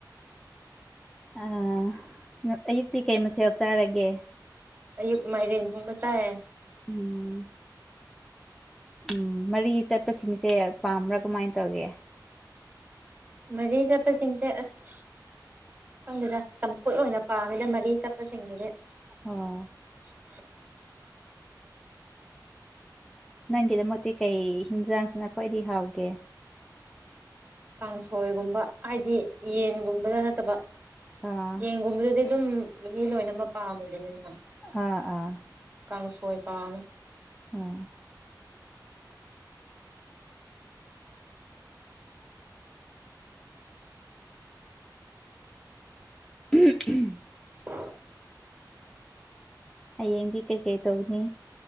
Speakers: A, in the centre; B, on the right.
A: ꯑꯥ ꯑꯌꯨꯛꯇꯤ ꯀꯩ ꯃꯊꯦꯜ ꯆꯥꯔꯒꯦ
B: ꯑꯌꯨꯛ ꯃꯥꯏꯔꯦꯟ ꯊꯣꯡꯕ ꯆꯥꯏ
A: ꯎꯝ ꯎꯝ ꯃꯔꯤ ꯆꯠꯄꯁꯤꯡꯁꯦ ꯄꯥꯝꯕ꯭ꯔꯥ ꯀꯃꯥꯏ ꯇꯧꯒꯦ
B: ꯃꯔꯤ ꯆꯠꯄꯁꯤꯡꯁꯦ ꯑꯁ ꯈꯪꯗꯗ ꯆꯝꯐꯨꯠ ꯑꯣꯏꯅ ꯄꯥꯝꯃꯤꯗ ꯃꯔꯤ ꯆꯠꯄꯁꯤꯡꯗꯨꯗꯤ
A: ꯑꯥ
B: <inaudible>
A: ꯅꯪꯒꯤꯗꯃꯛꯇꯤ ꯀꯩ ꯍꯤꯟꯖꯥꯡꯁꯤꯅ ꯈ꯭ꯋꯥꯏꯗꯩ ꯍꯥꯎꯒꯦ
B: ꯀꯥꯡꯁꯣꯏꯒꯨꯝꯕ ꯍꯥꯏꯗꯤ ꯌꯦꯟꯒꯨꯝꯕꯗ ꯅꯠꯇꯕ
A: ꯑꯥ
B: ꯌꯦꯟꯒꯨꯝꯕꯗꯨꯗꯤ ꯑꯗꯨꯝ ꯃꯤ ꯂꯣꯏꯅ ꯑꯃ ꯄꯥꯝꯃꯦ ꯑꯗꯨꯅꯤ ꯑꯗꯨꯅ
A: ꯑꯥ ꯑꯥ
B: ꯀꯥꯡꯁꯣꯏ ꯄꯥꯥꯝꯃꯦ
A: ꯑꯥ ꯎꯝ
B: <inaudible>
A: ꯍꯌꯦꯡꯗꯤ ꯀꯩꯀꯩ ꯇꯧꯅꯤ